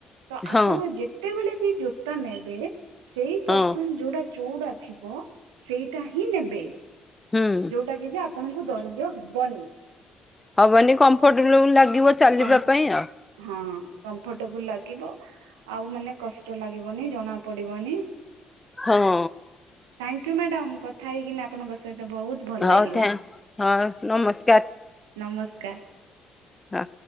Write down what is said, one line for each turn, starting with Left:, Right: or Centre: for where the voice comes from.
Right: ତ ଆପଣ
Left: ହଁ
Right: ଯେତେବେଳେ ବି ଜୋତା ନେବେ ସେଇ
Left: ହଁ
Right: ପର୍ସନ ଯୋଉଟା ଚୋଉଡା ଥିବ ସେଇଟା ହିଁ ନେବେ।
Left: ହୁଁ
Right: ଯୋଉଟା କି ଯେ ଆପଣଙ୍କୁ ଦୈର୍ଯ୍ୟ ହବନି।
Left: ହବନି କମ୍ଫର୍ଟେବଲ ଲାଗିବ ଚାଲିବା
Right: କମ୍ଫ
Left: ପାଇଁ ଆଉ
Right: ହଁ କମ୍ଫର୍ଟେବୁଲ ଲାଗିବ। ଆଉ ମାନେ କଷ୍ଟ ଲାଗିବନି ଜଣା ପଡିବନି।
Left: ହଁ।
Right: ଥ୍ୟାଙ୍କୟୁ ମ୍ୟାଡ଼ମ କଥା ହେଇକିନା ଆପଣଙ୍କ ସହିତ ବହୁତ ଭଲ
Left: ହଉ
Right: ଲାଗିଲା
Left: ଥ୍ୟା ହଁ ନମସ୍କାର।
Right: ନମସ୍କାର।
Left: ହଁ।